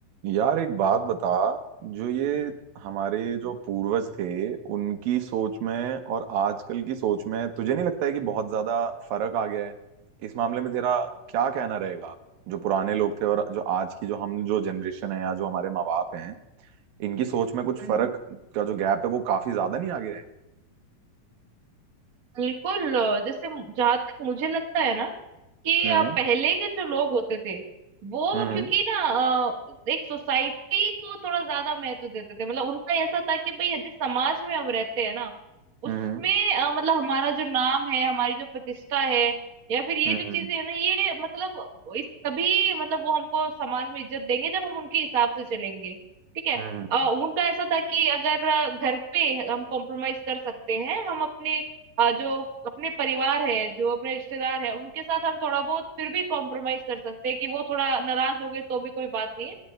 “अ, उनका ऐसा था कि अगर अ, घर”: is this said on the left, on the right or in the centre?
Right